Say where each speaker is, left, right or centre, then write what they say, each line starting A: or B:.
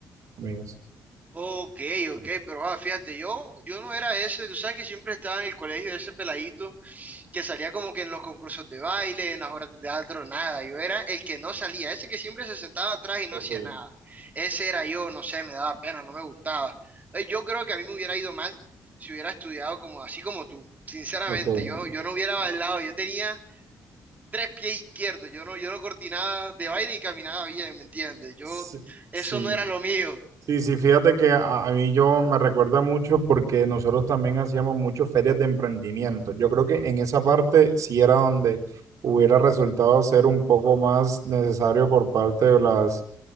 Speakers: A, on the right; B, on the right.
A: amigas.
B: Ok, ok, pero ah, fíjate, yo, yo no era ese, tú sabes que siempre estaba en el colegio ese peladito que salía como que en los concursos de baile, en las horas de teatro, nada. Yo era el que no salía, ese que siempre se sentaba atrás y no
A: Ok.
B: hacía nada. Ese era yo, no sé, me daba pena, no me gustaba. Eh, Yo creo que a mí me hubiera ido mal si hubiera estudiado como así como tú. Sinceramente,
A: Ok.
B: yo, yo no hubiera bailado, yo tenía tres pies izquierdos, yo no, yo no coordinaba de baile y caminaba bien, ¿me entiendes? Yo,
A: Sí, sí,
B: eso no era lo mío.
A: Sí, sí, fíjate que a, a mí yo me recuerda mucho porque nosotros también hacíamos muchas ferias de emprendimiento. Yo creo que en esa parte sí era donde hubiera resultado ser un poco más necesario por parte de las,